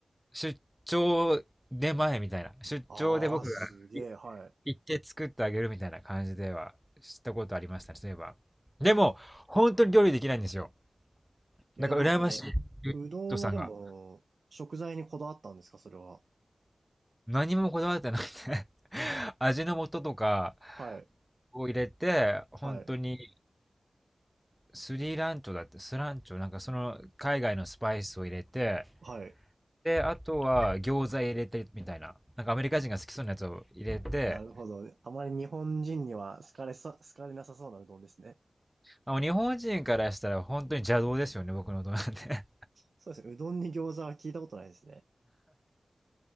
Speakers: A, in the centre; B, on the right.
A: 出張出前みたいな。出張で僕がい
B: あー、すげえ。はい。
A: 行って作ってあげるみたいな感じではしたことありましたね、そういえば。でも、本当に料理できないんですよ。
B: いやいや、
A: だから羨ましい、
B: でもそれ、
A: ゆうとさんが。
B: うどんはでも、食材にこだわったんですかそれは。
A: 何もこだわってなくて <laughs> 味の素とか
B: はい。
A: を入れて、本当に
B: はい。
A: スリランチョだって、スランチョ、なんかその海外のスパイスを入れて、
B: はい。
A: で、あとは餃子入れてみたいな。なんかアメリカ人が好きそうなやつを入れて、
B: なるほど。あまり日本人には好かれさ、好かれなさそうなうどんですね。
A: まあもう日本人からしたら本当に邪道ですよね、僕の音なんで。
B: そうですね。うどんに餃子は聞いたことないですね。